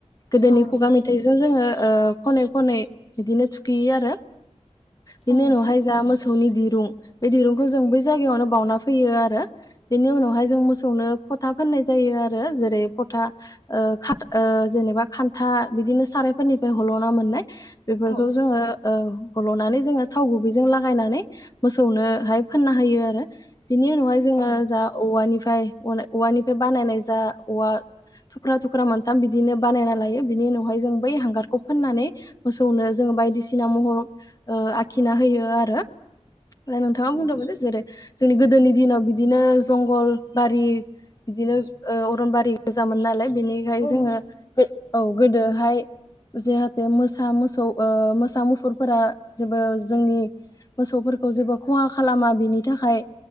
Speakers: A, on the left (about 30°); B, on the left (about 65°).
A: गोदोनि
B: औ नोंथां
A: खुगा मेथाइजों जोङो ओ खनै खनै बिदिनो थुखैयो आरो बिनि
B: औ नोंथां
A: उनावहाय जा मोस सौनि दिरुं बे दिरुंखौ जों बै जायगायावनो बावना फैयो आरो बेनि उनावहाय जों मोसौनो फथा फोननाय जायो आरो जेरै फथा ओ खा ओ जेनेबा खान्था बिदिनो सारायफोरनिफ्राय हल'ना मोननाय बेफोरखौ
B: औ
A: जोङो औ हल'नानै जोङो थाव गुबैजों लागायनानै मोसौनोहाय फोनना होयो आरो। बिनि उनावहाय जोङो
B: औ नोंथां
A: जा औवानिफ्राय अनाय औवानिफ्राय बानायनाय जा औवा थुख्रा थुख्रा मोनथाम बिदिनो बानायना लायो बिनि उनावहाय जों बै हांगारखौ फोननानै मोसौनो जोङो बायदिसिना महर ओ आखिना होयो आरो ओ नोंथाङा बुंदोंमोन दे जेरै जोंनि गोदोनि दिनाव बि- दिनो जंगलबारि बिदिनो ओ अरनबारि गोजामोन नालाय बिनिखाय
B: औ
A: जोङो
B: नोंथां
A: बे औ गोदोहाय जेहाथे मोसा मोसौ ओ मोसा मुफुरफोरा जेबो जोंनि मोसौफोर खौ जेबो खहा खालामा बिनि थाखाय